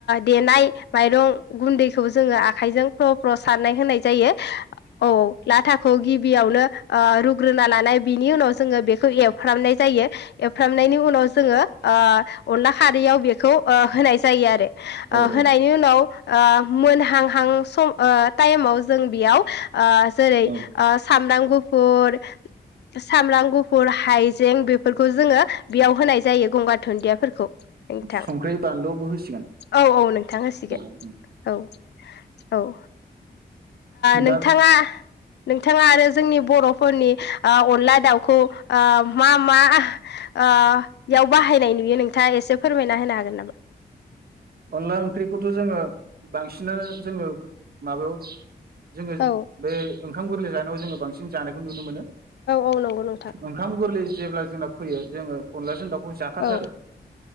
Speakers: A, on the left; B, on the right.
A: देनाय माइरं गुन्दैखौ जोङो आखाइजों फ्र' फ्र' सारनाय होनाय जायो, औ लाथा खौ गिबियावनो रुग्रोना लानाय बिनि उनाव जोङो बेखौ एवफ्रामनाय जायो। एवफ्रामनायनि उनाव जोङो ओ। अनला खारैयाव बेखौ होनाय जायो आरो।
B: औ
A: होनायनि उनाव ओ मोनहांहां सम टाइमाव जों बेयाव जेरै
B: औ
A: <inaudible> गुफुर सामब्राम गुफुर हाइजें बेफोरखौ जोङो बेयाव होनाय जायो गंगार दुन्दियाफोरखौ नोंथां,
B: संख्रि बानलुआवबो होसिगोन
A: औ औ नोंथां होसिगोन।
B: <inaudible>
A: औ औ ओ नोंथाङा
B: दा
A: नोंथाङा आरो जोंनि बर'फोरनि अनला दाउखौ ओ मा मा ओ याव बाहायनाय नुयो नोंथाङा एसे फोरमायना होनो हागोन नामा?
B: अनला ओंख्रिखौथ' जोङो बांसिनानो जोङो माबायाव जोङो
A: औ
B: बे ओंखाम गोरलै जानायाव जोङो बांसिन जानायखौ नुनो मोनो।
A: औ नंगौ नोंथां
B: ओंखाम गोरलै जेब्ला जोंना फैयो जोङो अनलाजों दाउ जाखाथारो
A: औ